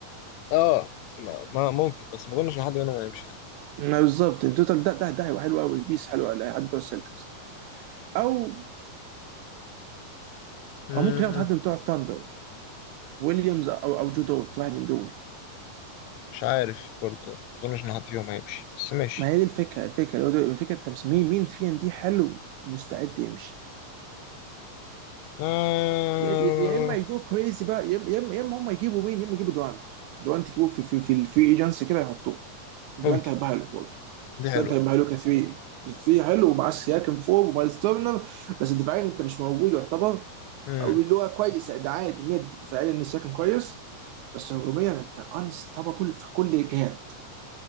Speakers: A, on the left; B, on the right.
A: اه ما ما ممكن بس ما اظنش ان حد منهم هيمشي
B: ما بالظبط التوتال ده ده ده هيبقى حلو قوي بيس حلو قوي حد من بتوع السلتكس او
A: امم
B: او ممكن ياخد حد من بتوع الثاندر ويليامز او او جو دورت واحد من دول
A: مش عارف برضه ما اظنش ان حد فيهم هيمشي بس ماشي
B: ما هي دي الفكره الفكره اللي هو ده- الفكره انت مش مين مين فينا دي حلو ومستعد يمشي
A: آه
B: يا يا- يا اما يجو كريزي بقى يا اما يا اما يا إما هم يجيبوا مين يا اما يجيبوا دوانت دوانت يجيبوه في في في الفري ايجنسي كده يحطوه دوانت
A: ممكن
B: هيبقى حلو برضه
A: دي حلوة
B: دوانت هيبقى حلو ك 3 3 حلو ومعاه سياكن فوق ومايلز تورنر بس دفاعيا انت مش موجود يعتبر
A: مم.
B: او اللي هو كويس ده عادي ميد دفاعيا ان سياكن كويس بس هجوميا انت انستوبابل في كل الجهات